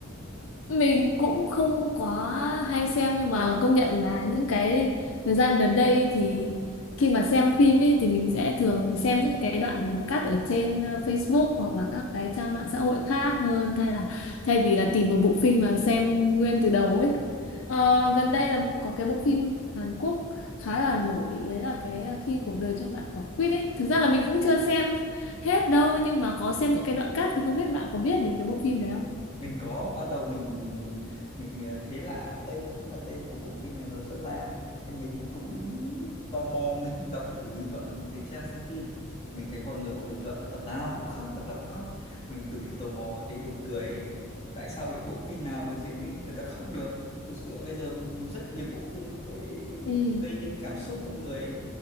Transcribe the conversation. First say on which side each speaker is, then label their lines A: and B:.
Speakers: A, on the left; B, on the left.
A: Mình cũng không quá hay xem nhưng mà công nhận là những cái thời gian gần đây thì khi mà xem phim ấy thì mình sẽ thường xem những cái đoạn cắt ở trên ờ, Facebook hoặc là các cái trang mạng xã hội khác hơn thay là thay vì là tìm một bộ phim mà xem nguyên từ đầu ấy. Ờ, gần đây là có cái bộ phim Hàn Quốc khá là nổi đấy là cái ờ, khi cuộc đời cho bạn quả quýt ấy. Thực ra là mình cũng chưa xem hết đâu nhưng mà có xem những cái đoạn cắt thì không biết bạn có biết đến cái bộ phim đấy không?
B: mình có ban đầu mình mình ờ, thấy lạ tên tức là tên của bộ phim này nó rất lạ nên mình cũng tò mò mình đọc thử bình luận ở một cái trang xem phim thì mình thấy mọi người bảo bình luận là tập nào cũng khóc tập nào cũng khóc mình cực kỳ tò mò thấy buồn cười ấy. tại sao cái bộ phim nào mà diễn đến người ta khóc được thực sự bây giờ rất hiếm bộ phim có thể
A: Ừ.
B: gây đến cảm xúc con người